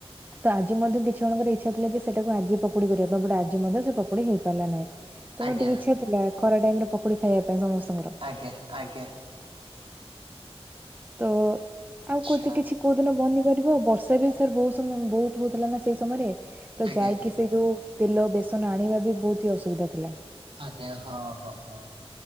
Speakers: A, on the right; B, on the right.
A: ତ ଆଜି ମଧ୍ୟ କିଛି ଜଣଙ୍କର ଇଚ୍ଛା ଥିଲା ଯେ ସେଟାକୁ ଆଜି ପକୁଡି କରିବା ପାଇଁ ବଟ ଆଜି ମଧ୍ୟ ସେ ପକୁଡି ହେଇ ପାରିଲା ନାହିଁ। ତେଣୁ
B: ଆଜ୍ଞା
A: ଟିକେ ଇଛା ଥିଲା ଖରା ଟାଇମ ରେ ପକୁଡି ଖାଇବା ପାଇଁ ସମସ୍ତଙ୍କର।
B: ଆଜ୍ଞା ଆଜ୍ଞା।
A: ତ
B: ଆଚ୍ଛା
A: ଆଉ କୋଇଥି କିଛି କୋଉ ଦିନ ବନି ପାରିବ ବର୍ଷା ବି ସାର୍ ବହୁତ ସମୟ ବହୁତ ହଉଥିଲା ନା ସେଇ ସମୟରେ। ତ
B: ଆଜ୍ଞା
A: ଯାଇକି ସେ ଯୋଉ ତେଲ ବେସନ ଆଣିବା ବି ବହୁତ ହି ଅସୁବିଧା ଥିଲା।
B: ଆଜ୍ଞା ହଁ ହଁ ହଁ।